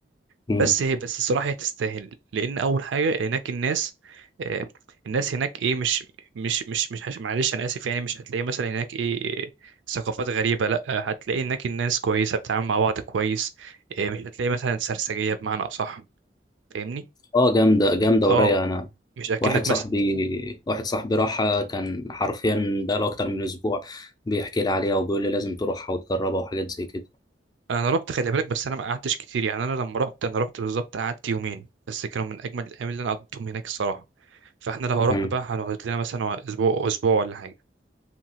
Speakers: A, on the left; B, on the right.
A: مم.
B: بس هي بس الصراحة هي تستاهل لأن أول حاجة هناك الناس آه الناس هناك إيه مش مش مش مش هش- معلش أنا آسف يعني مش هتلاقي مثلا هناك إيه إيه، ثقافات غريبة لأ هتلاقي هناك الناس كويسة بتتعامل مع بعض كويس آه مش هتلاقي مثلا سرسجية بمعنى أصح فاهمني؟
A: أه جامدة جامدة
B: أه
A: ورايقة أنا
B: مش أكنك
A: واحد صاحبي واحد صاحبي راحها كان حرفيا بقاله أكتر من أسبوع بيحكي لي عليها وبيقول لي لازم تروحها وتجربها وحاجات زي كده
B: انا رحت خلي بالك بس انا ما قعدتش كتير يعني انا لما رحت انا رحت بالظبط قعدت يومين بس كانوا من اجمل الايام اللي انا قضيتهم هناك الصراحه فاحنا لو رحنا
A: مم.
B: بقى هنقعد لنا مثلا اسبوع اسبوع ولا حاجه